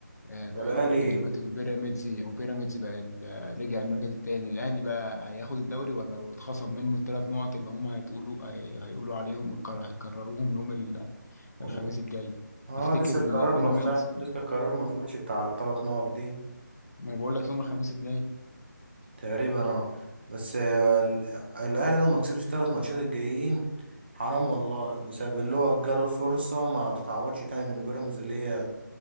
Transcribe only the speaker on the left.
آه، بقى
الاول دلوقتي وبيراميدز وبيراميدز بقى ال- آه، رجع المركز الثاني الاهلي بقى هياخد الدوري ولا اتخصم منه الثلاث نقط اللي هم هيتقولوا هي- هيقولوا عليهم القرار- هيكرروهم يوم ال-
الخميس الجاي
تفتكر
البيراميدز
ما انا بقول لك يوم الخميس الجاي